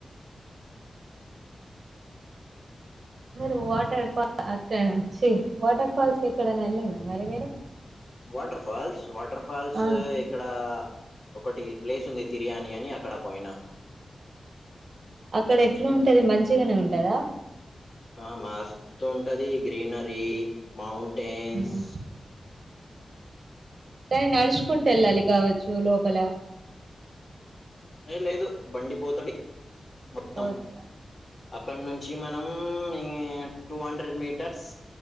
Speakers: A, on the right; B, on the left.
A: మీరు వాటర్ ఫా క్ చి వాటర్ ఫాల్సకేక్కడైనా వెళ్ళినారా మరి మీరు
B: వాటర్ ఫాల్స్ వాటర్ ఫాల్స్
A: ఆ ఆహా.
B: ఇక్కడ ఒకటి ప్లేస్ ఉంది తిర్యానీ అని అక్కడ పోయినా
A: అక్కడ ఎట్లా ఉంటది మంచిగానే ఉంటదా
B: ఆ మస్తుంటది గ్రీనరీ మౌంటైన్స్
A: ఉమ్ కానీ నడుచుకుంటూ వెళ్ళాలి కావచ్చు లోపల
B: ఏ లేదు బండిపోతడి మొత్తం
A: పోతు
B: అక్కడ నుంచి మనం మ్ టూ హండ్రెడ్ మీటర్స్